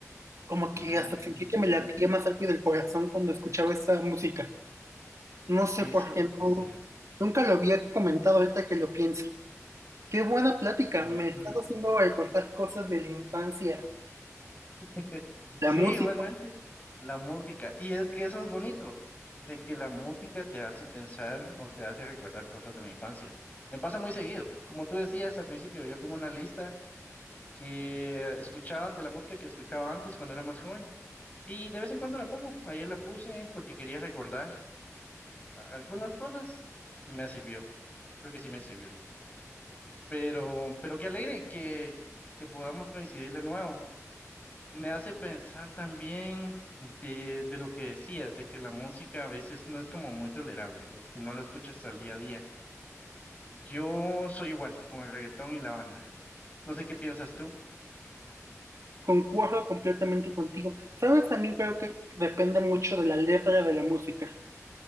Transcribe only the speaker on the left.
Mm,
Eso,
sí.
Ujú.
<laughs> Sí,
igualmente, la música. Y es que eso es bonito, de que la música te hace pensar o te hace recordar cosas de la infancia. Me pasa muy seguido. Como tú decías al principio, yo tengo una lista que escuchaba de la música que escuchaba antes cuando era más joven. Y de vez en cuando la pongo. Ayer la puse porque quería recordar a- algunas cosas y me sirvió. Creo que sí me sirvió. Pero, pero qué alegre que, que podamos coincidir de nuevo. Me hace pensar también de, de lo que decías, de que la música a veces no es como muy tolerable o que no la escuchas al día a día. Yo soy igual con el reggaetón y la banda. No sé qué piensas tú